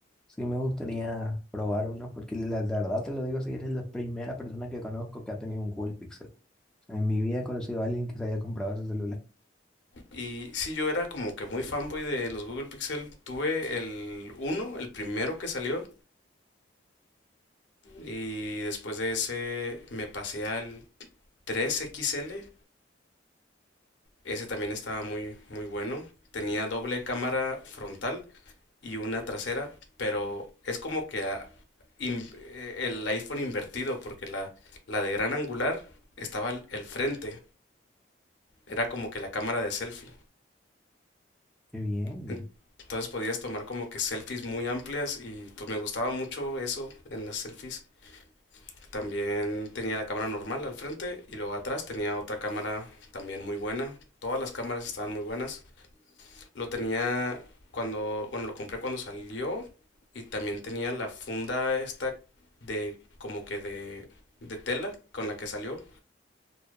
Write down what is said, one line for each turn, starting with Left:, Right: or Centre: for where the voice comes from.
Centre: sí me gustaría probar uno, porque la, la verdad te lo digo, si eres la primera persona que conozco que ha tenido un Google Pixel. En mi vida he conocido a alguien que se haya comprado ese celular.
Left: Y sí, yo era como que muy fanboy de los Google Pixel. Tuve el uno el primero que salió, y después de ese me pasé al 3 XL. Ese también estaba muy, muy bueno. Tenía doble cámara frontal y una trasera, pero es como que ah, in- eh, el iPhone invertido, porque la, la de gran angular estaba al- el frente, era como que la cámara de selfie.
Centre: Qué bien.
Left: En- Entonces podías tomar como que selfies muy amplias y pues me gustaba mucho eso en las selfies. También tenía la cámara normal al frente y luego atrás tenía otra cámara también muy buena. Todas las cámaras estaban muy buenas. Lo tenía cuando, bueno, lo compré cuando salió y también tenía la funda esta de como que de, de tela con la que salió.